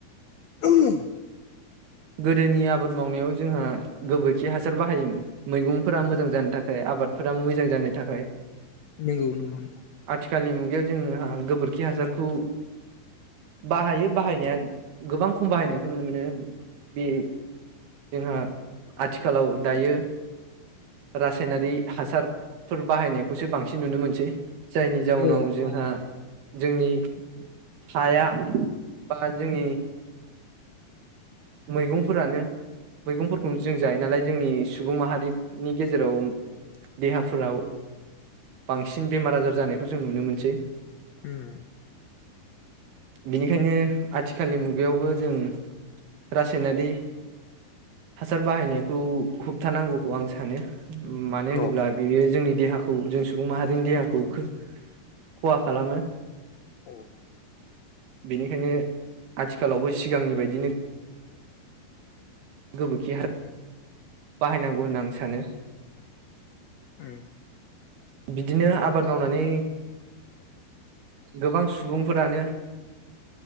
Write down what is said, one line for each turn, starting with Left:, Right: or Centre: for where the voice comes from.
Left: <unintelligible>
Right: गोदोनि आबाद मावनायाव जोंहा गोबोरखि हासार बाहायोमोन। मैगंफोरा मोजां जानो थाखाय आबाद फोरा मोजां जानो थाखाय
Left: नंगौ नंगौ नोंथां।
Right: खालनि मुगायाव जोंहा गोबोरखि हासारखौ बाहायो बाहायनाया गोबां खम बाहायनायखौ नुनो मोनो। बे जोंहा आथिखालाव दायो रासायनारि हासारफोर बाहायनायखौसो बांसिन नुनो मोनसै। जायनि जाउनाव
Left: औ
Right: जोंहा
Left: औ
Right: जोंनि हाया बा जोंनि <inaudible> मैगंफोरानो मैगंफोरखौनो जों जायो नालाय जोंनि सुबुं माहारिनि गेजेराव देहाफोराव बांसिन बेमार आजार जानायखौ जों नुनो मोनसै।
Left: उम।
Right: बेनिखायनो आथिखालनि मुगायावबो जों रासायनारि हासार बाहायनायखौ होबथानांगौखौ आं सानो। मानो होनोब्ला
Left: औ
Right: बेयो जोंनि देहाखौ जों सुबुं माहारिनि देहाखौ खो-खहा खालामो।
Left: औ
Right: बेनिखायनो आथिखालावबो सिगांनि बायदिनो गोबोरखि हा बाहायनांगौ होनना आं सानो।
Left: औ नंगौ
Right: बिदिनो आबाद मावनानै गोबां सुबुंफोरानो